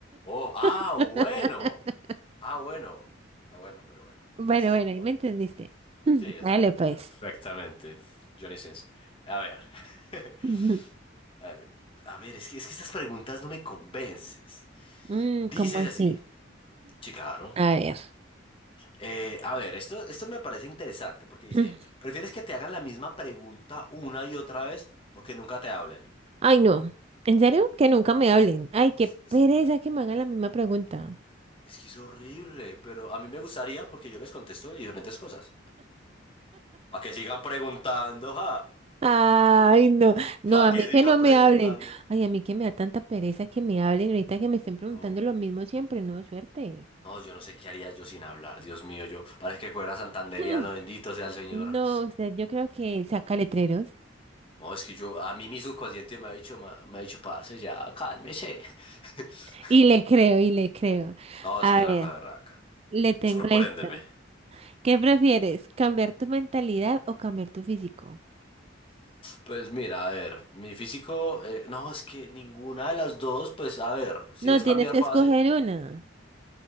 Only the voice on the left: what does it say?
Oh, ah,
bueno. Ah, bueno. Ah, bueno, pero bueno.
Ahora,
sí, ya
te entendí
perfectamente, Johnny Sins. A ver. <laughs>
A ver, a ver, es que, es que estas preguntas no me convences.
Dices
así, sí, claro,
Eh, a ver, esto, esto me parece interesante porque dice,
¿prefieres que te hagan la misma pregunta una y otra vez o que nunca te hablen?
Es,
es que es horrible, pero a mí me gustaría porque yo les contesto diferentes cosas. Para que sigan preguntando, ja,
<laughs>
para
que
sigan
preguntando.
No,
no, yo no sé qué haría yo sin hablar, Dios mío, yo parece que fuera santanderiano,
bendito sea el Señor.
No, es que yo, a mí mi subconsciente me ha dicho, ma- me ha dicho, parce, ya, cálmese. <laughs>
No,
es que es una
cosa berraca.
Sorpréndeme.
Pues mira, a ver, mi físico, eh, no, es que ninguna de las dos, pues a ver, si
es cambiar
fácil,